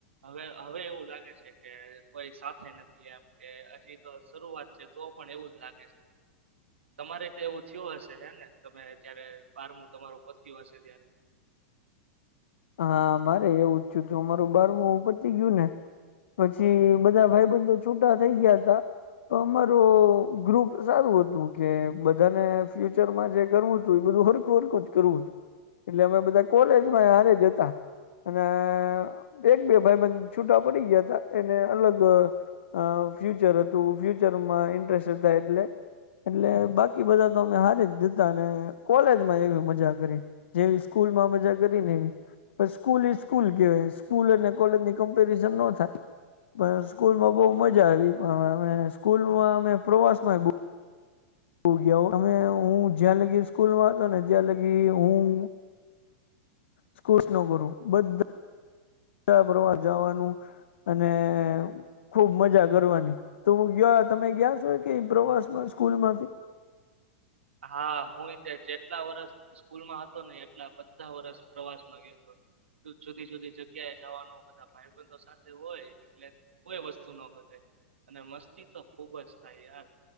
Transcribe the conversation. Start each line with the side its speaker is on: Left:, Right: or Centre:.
Right: હવે હવે એવું લાગે છે કે કોઈ સાથે નથી એમ કે હજી તો શરૂઆત તો પણ એવું જ લાગે છે તમારે તો એવું થયો હશે હેને તમે જ્યારે બારમું તમારો પત્યું હશે ત્યારે.
Left: હા મારે એવું જ થયુ તું અમારું બારમું પતી ગયું ને પછી બધા ભાઈ બંધ તો છૂટા થઈ ગયા હતા. તો અમારુ ગ્રુપ સારું હતું કે બધાને ફ્યુચરમાં જે કરવું હતું એ બધું હરખું વરખું જ કરવું હતું. એટલે અમે બધા કોલેજમાં હારે જ જતા અને એક બે ભાઈ બંધ છૂટા પડી ગયા હતા. એને અલગ અ ફ્યુચર હતું. ફ્યુચરમાં ઇન્ટરેસ્ટ હતા એટલે એટલે બાકી બધા તો અમે હારી જ જતા અને કોલેજમાં એવી મજા કરી જેવી સ્કૂલમાં મજા કરીને એવી પછ સ્કૂલ ઈ સ્કૂલ કેવાય સ્કૂલ અને કોલેજની કમ્પેરિઝન નો થાય. પણ સ્કૂલમાં બહુ મજા આવી પણ હવે અ સ્કૂલમાં અમે પ્રવાસમાં બો હું ગયા હો અમે હું જ્યાં લગી સ્કૂલમાં હતો ને ત્યાં લગી હું સ્કુસ નો ગુરું બધા પ્રવાસ જવાનું અને ખુબ મજા કરવાની તો હું ગ્યા તમે ગયા છો કે પ્રવાસ માં સ્કૂલમાંથી?
Right: હા હું જેટલા વરસ સ્કૂલમાં હતો ને એટલા બધા વરષ પ્રવાસમાં ગયો હતો. જુદી જુદી જગ્યા એ જવાનું બધા ભાઈ બંધો સાથે હોય એટલે કોઈ વસ્તુ ન ઘટે અને મસ્તી તો ખુબ જ થાય યાર.